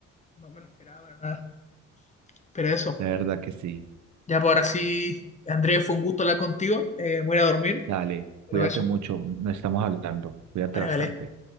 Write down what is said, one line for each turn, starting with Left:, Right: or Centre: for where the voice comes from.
Left: no me lo esperaba para nada. Pero eso,
Right: De verdad que sí.
Left: ya por ahora sí, Andrés, fue un gusto hablar contigo, eh, voy a ir a dormir,
Right: Dale,
Left: pero
Right: cuídate
Left: eso,
Right: mucho. No estamos hablando. Cuídate
Left: vale,
Right: bastante.
Left: vale.
Right: Chao.